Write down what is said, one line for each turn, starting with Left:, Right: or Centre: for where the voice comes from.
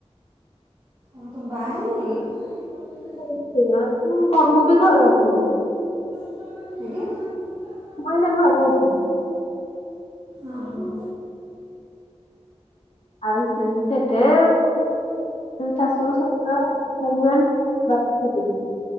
Right: ଆଉ ତମେ ବାହାହେଇନ କି?
Left: ହଉ ହଉ ଆଉ କଣ ମୁଁ ବି ଘରେ ଅଛି।
Right: ଆଜ୍ଞା?
Left: ମୁଁ ଏଇନା ଘରେ ଅଛି।
Right: ଓ ହୋ।
Left: ଆଉ ସେଠି? ଶାଶୁ, ଶଶୁର, ହଜବେଣ୍ଡ ବସ୍ ସେତିକି।